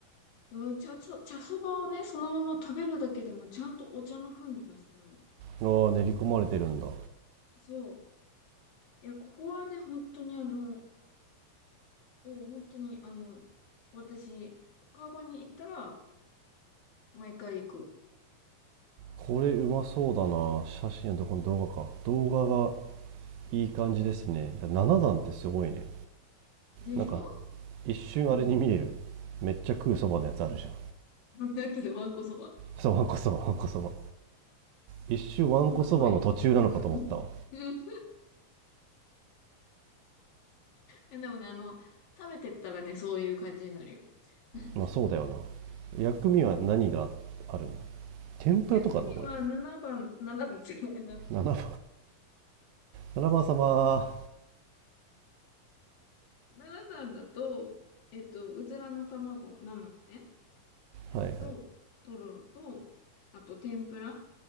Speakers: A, on the left; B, on the right.
A: うん茶そ、茶そばをね、そのまま食べるだけでもちゃんとお茶の風味がするの。
B: ああ練り込まれてるんだ
A: そう。いや、ここはね、本当にあの、お本当にあの、私、川越に行ったら、毎回行く。
B: これうまそうだな写真のとこの動画か動画が
A: うん。
B: いい感じですねだ7段ってすごいね
A: でしょ
B: なんか一瞬あれに見える
A: うん。
B: めっちゃ食うそばのやつあるじゃん
A: だってわんこそば。
B: そばんこそばんこそば一瞬わんこそばの途中なのかと思ったわ
A: わんこそばいい。うん。うん。うんいやでもね、あの、食べてったらね、そういう感じになるよ。<laughs>
B: まあそうだよな薬味は何があるの天ぷらとかあるのこれ
A: 薬味は7番、7番っていうのかな、
B: 7番 ,7 番様は
A: なな段だと、えっと、うずらの卵、生のね、やつと、
B: いはい
A: とろろと、あと天ぷら、